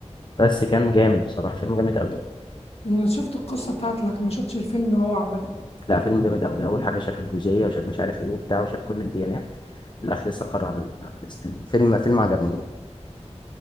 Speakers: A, on the left (about 40°); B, on the left (about 60°).
A: بس كان جامد بصراحه فيلم جامد قوي
B: انا شفت القصه بتاعته لكن ما شفتش الفيلم هو عامه
A: لا فيلم جامد قوي اول حاجه شاف البوذيه وشاف مش عارف ايه وبتاع وشاف كل الديانات في الاخر لسه قرر على ال- على الاسلام فيلم فيلم عجبني